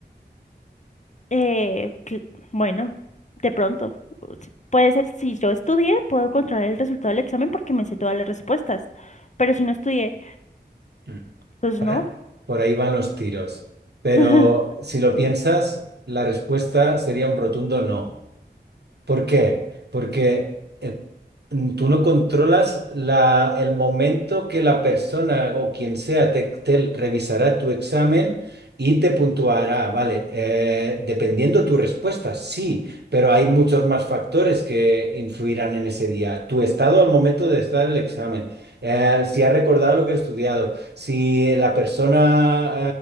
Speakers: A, on the left; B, on the right.
A: Eh, cl- bueno, de pronto, o si- puede ser, si yo estudié, puedo controlar el resultado del examen porque me sé todas las respuestas, pero si no estudié,
B: Mm.
A: pues
B: para-
A: no.
B: por ahí van los tiros, pero
A: <laughs>
B: si lo piensas, la respuesta sería un rotundo no. ¿Por qué? Porque eh, mm, tú no controlas la, el momento que la persona o quien sea te, te revisará tu examen y te puntuará, ¿vale? Eh, dependiendo tu respuesta, sí, pero hay muchos más factores que influirán en ese día. Tu estado al momento de estar el examen. eh, si ha recordado lo que ha estudiado, si la persona